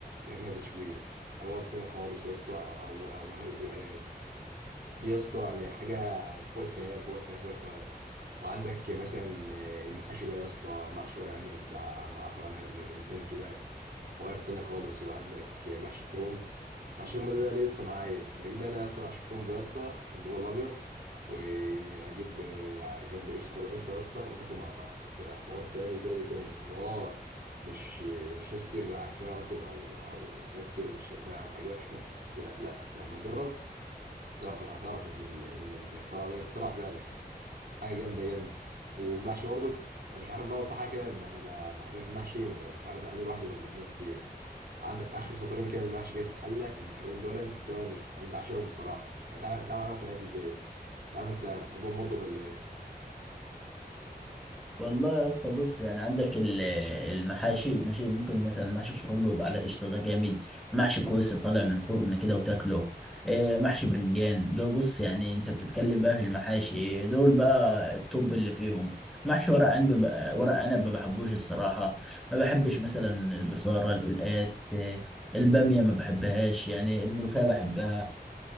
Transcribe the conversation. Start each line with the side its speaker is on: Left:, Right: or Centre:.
Right: ارنب وتشويه حوار تاني خالص يا اسطى او او, أو ملوخية بالارانب دي يا اسطى يعني حاجه فوق الخيال فوق الخيال فوق الخيال وعندك مثلا آه، المحاشي بقى يا اسطى محشي ورق عنب مع عصير على ليمونتين كده وغير تاني خالص وعندك محشي كرومب محشي كرومب ده بقى لسه معايا بجيب انا يا اسطى محشي كرومب يا اسطى اللي هو الابيض واجيب آه، جنبه قشطه طبق قشطه يا اسطى وتاكلوا مع بعض ده حوار تاني تاني تاني واه مش مش ناس كتير عارفاها اصلا او او ناس كتير مش شايفاها على حاجه وحشه بس لا لما تجرب هتعرف هتعرف ان ال... ان الاختراع ده اختراع فعلا حاجه جامده جامده والمحشي برضه انا مش عارف بقى في حاجه كده انا ب- بحبها في المحشي ومش عارف انا لوحدي ولا في ناس كتير عندك اخر سطرين كده من المحشي كده في الحله المحروقين دول دول انا بعشقهم الصراحه تعالى تعالى معاهم خناقه في البيت مش عارف انت بتحبهم برضه ولا ايه
Centre: والله يا اسطى بص يعني عندك ال- المحاشي ماشي ممكن مثلا محشي كرنب يبقى على قشطه ده جامد محشي كوسه طالع من الفرن كده وتاكله آه، محشي برنجان ده بص يعني انت بتتكلم بقى في المحاشي دول بقى الطب اللي فيهم محشي ورق عنب آه، ورق عنب ما بحبوش الصراحه ما بحبش مثلا البصاره القلقاس آه، الباميه ما بحبهاش يعني الملوخيه بحبها